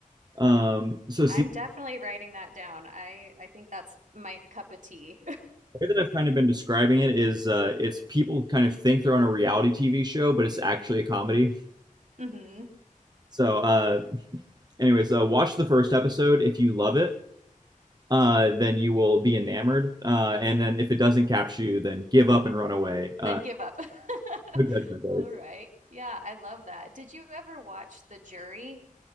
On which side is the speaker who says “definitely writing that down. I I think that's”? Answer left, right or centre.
Right